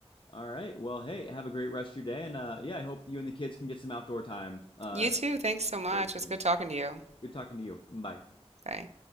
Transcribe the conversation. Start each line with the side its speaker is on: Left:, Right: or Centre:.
Left: All right. Well, hey, have a great rest of your day, and uh, yeah, I hope you and the kids can get some outdoor time uh,
Right: You too. Thanks so much.
Left: very soon.
Right: It's good talking to you.
Left: Good talking to you. Bye.
Right: Bye.